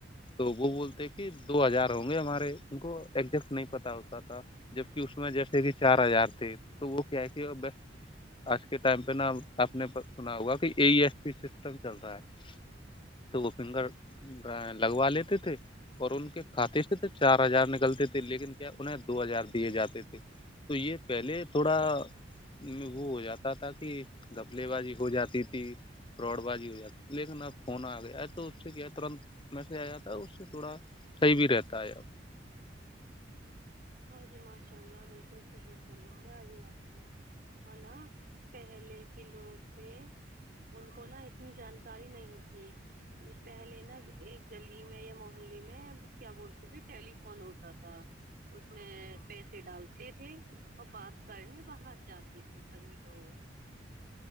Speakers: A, on the left; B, on the right.
A: تو وہ بولتے کہ دو ہزار ہوں گے ہمارے ان کو ایزیکٹ نہیں پتا ہوتا تھا جبک اس میں جیسے کہ چار ہزار تھے تو وہ کیا ہے کہ آج کے ٹائم پہ نا اپنے سنا ہوا کہ ای ایس پی سسٹم چل رہا ہے تو وہ فنگر لگوا لیتے تھے اور ان کے کھاتے سے تو چار ہزار نکلتے تھے لیکن کیا انہیں دو ہزار دیے جاتے تھے تو یہ پہلے تھوڑا میں وہ ہو جاتا تھا کہ گپلے بازی ہو جاتی تھی فراڈ بازی ہو جاتی لیکن اب فون آ گیا ہے تو اس سے کیا ہے ترنت میسج آ جاتا ہے اس سے تھوڑا صحیح بھی رہتا ہے اب
B: ہاں جی ماشاء اللہ بالکل صحیح فرما آ جی آپ ہے نا پہلے کے لوگ تھے ان کو نا اتنی جانکاری نہیں تھی پہلے نا ایک گلی میں یا محلے میں کیا بولتے تھے ٹیلیفون ہوتا تھا اس میں پیسے ڈالتے تھے اور بات کرنے باہر جاتے تھے کبھی لوگ